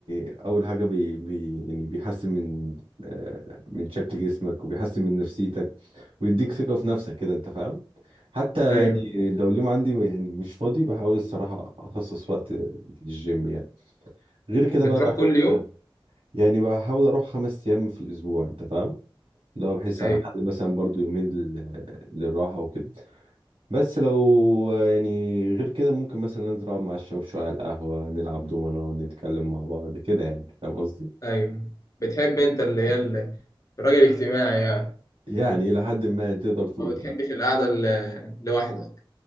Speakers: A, on the right; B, on the left.
A: اول حاجه بي بي يعني بيحسن من آه، من شكل جسمك وبيحسن من نفسيتك ويديك ثقه في نفسك كده انت فاهم حتى
B: ايوه
A: يعني لو اليوم عندي يعني مش فاضي بحاول الصراحه اخصص وقت للجيم يعني غير كده
B: بتروح
A: بقى بحب
B: كل يوم؟
A: يعني بحاول اروح خمس ايام في الاسبوع انت فاهم لو بحيث
B: ايوه
A: اخلي مثلا برضو يومين لل- للراحه وكده بس لو يعني غير كده ممكن مثلا انزل اقعد مع الشباب شويه على القهوه نلعب دومنا نتكلم مع بعض كده يعني فاهم قصدي
B: ايوه بتحب انت اللي هي ال- الراجل الاجتماعي يعني
A: يعني لحد ما يعني تقدر تقول
B: ما بتحبش
A: كده
B: القعده ال- لوحدك